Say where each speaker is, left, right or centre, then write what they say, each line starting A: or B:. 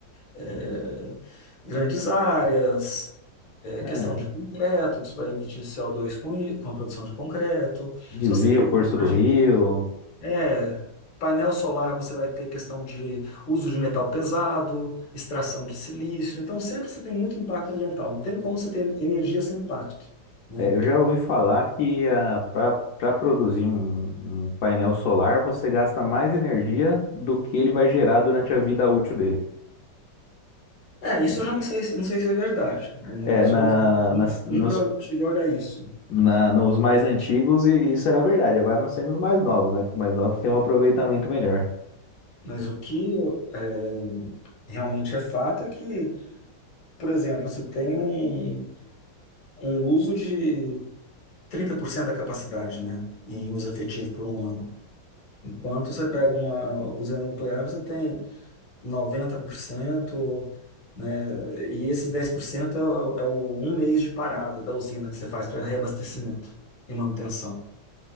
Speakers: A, on the left; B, on the left.
A: é, grandes áreas, é,
B: É,
A: questão de concreto, que você vai emitir co dois com, i- com a produção de concreto.
B: desvia
A: Se você pegar
B: o curso
A: a parte
B: do rio,
A: de é, painel solar, você vai ter questão de uso de metal pesado, extração de silício. Então, sempre você tem muito impacto ambiental. Não tem como você ter energia sem impacto. Né?
B: É, eu já ouvi falar que para produzir um, um painel solar você gasta mais energia do que ele vai gerar durante a vida útil dele.
A: É, isso
B: E,
A: eu já não sei, se- não sei se é verdade. Não-
B: é,
A: Isso
B: na,
A: eu não,
B: nas- nos,
A: nunca cheguei a olhar isso.
B: na- nos mais antigos e- isso era verdade, agora não sei nos mais novos, né? que Os mais novos têm um aproveitamento melhor.
A: Mas o que é, realmente é fato é que por exemplo, você tem um, um uso de 30% da capacidade, né, em uso efetivo por um ano. Enquanto você pega uma usina nuclear, você tem 90%, né, e esses 10% é, o- é o um mês de parada da usina que você faz para reabastecimento e manutenção.